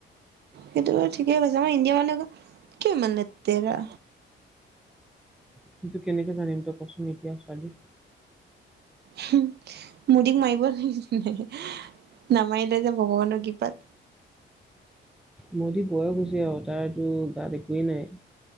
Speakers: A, on the right (about 55°); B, in the centre.
A: সেইটো বাৰু ঠিকে কৈছে, আমাৰ ইণ্ডিয়া মানুহেক কিয় ইমান লেতেৰা?
B: সেইটো কেনেকে জানিম তই কচোন এতিয়া ছোৱালী?
A: হুম মুদিক মাৰিব লাগিছিল নে নামাৰিলে যে ভগৱানৰ কৃপাত।
B: মুদিৰ বয়স হৈছে আৰু তাৰতো গাত একোৱেই নাই।